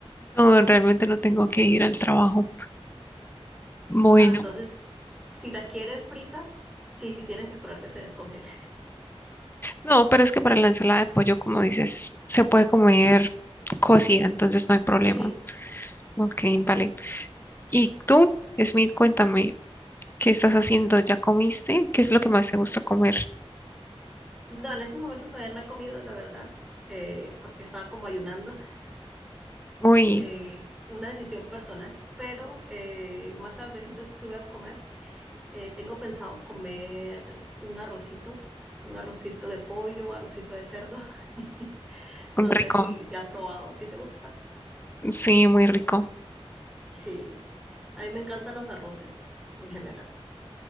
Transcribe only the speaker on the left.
No, realmente no tengo que ir al trabajo. Bueno,
no, pero es que para la ensalada de pollo, como dices, se puede comer cocida, entonces no hay problema.
Ok, vale. ¿Y tú, Smith, cuéntame, ¿qué estás haciendo? ¿Ya comiste? ¿Qué es lo que más te gusta comer?
Uy,
rico.
Sí, muy rico.